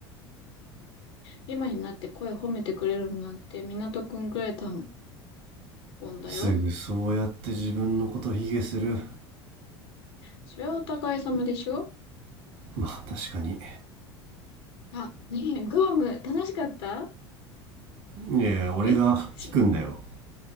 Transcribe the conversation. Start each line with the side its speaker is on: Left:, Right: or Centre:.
Left: 今になって声褒めてくれるなんて港くんくらいだもんだよ。
Right: すぐそうやって自分のこと卑下する
Left: それはお互い様でしょ
Right: まあ確かに
Left: あ、ねえ、グアム、楽しかった
Right: いやいや俺が聞くんだよ
Left: え、ちょ